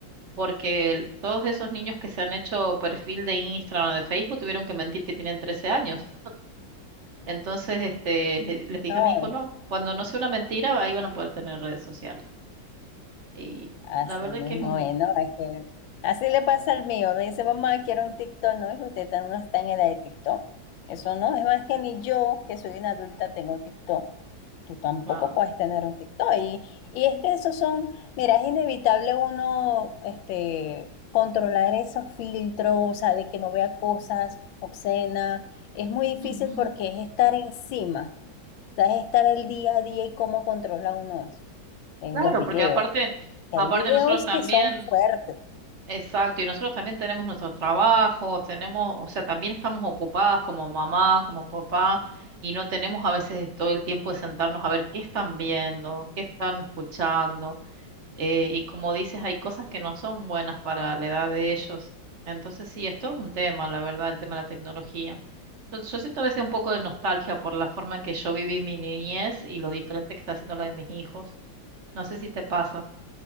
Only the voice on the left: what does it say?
no,
Así
mismo,
es, ¿no? Es que así le pasa al mío. Me dice, mamá, quiero un TikTok. No, hijo, usted tan- no está en edad de TikTok. Eso no, es más que ni yo, que soy una adulta, tengo TikTok. Tú tampoco
puedes tener un TikTok. Y, y es que esos son, mira, es inevitable uno este, controlar esos filtros, o sea, de que no vea cosas obscenas. Es muy difícil
porque es estar encima, o sea, es estar el día a día y cómo controla uno eso en
los videos,
que
hay videos
que son fuertes,